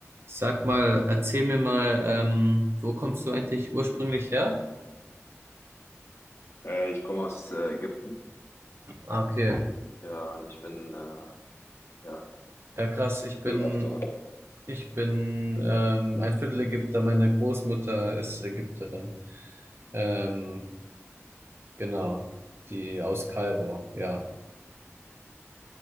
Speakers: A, on the right; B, on the left.
A: Sag mal, erzähl mir mal, ähm, wo kommst du eigentlich ursprünglich her?
B: Äh, ich komme aus äh, Ägypten.
A: Ah, okay.
B: Ja, und ich bin, äh, ja,
A: Ja, krass. Ich
B: ich lebe
A: bin,
B: auch dort.
A: ich bin ähm, ein Viertel Ägypter. Meine Großmutter ist Ägypterin. Ähm, genau. Die aus Kairo, ja.